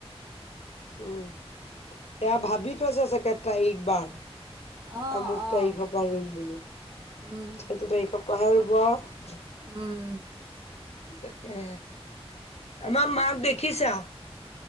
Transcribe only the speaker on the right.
অ',
অ',
উম
উম।